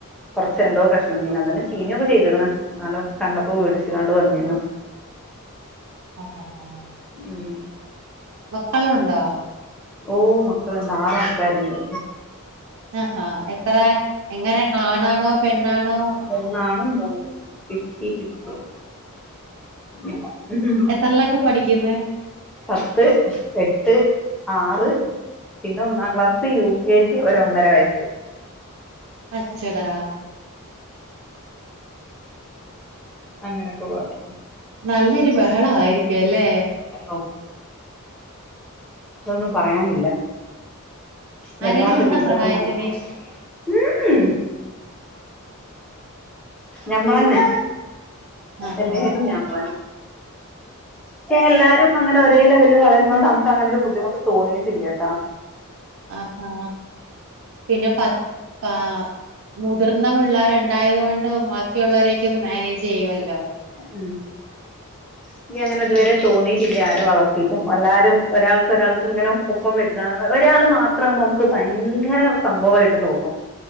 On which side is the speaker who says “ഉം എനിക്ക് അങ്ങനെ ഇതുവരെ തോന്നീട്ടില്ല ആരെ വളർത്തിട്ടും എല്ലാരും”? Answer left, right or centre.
Centre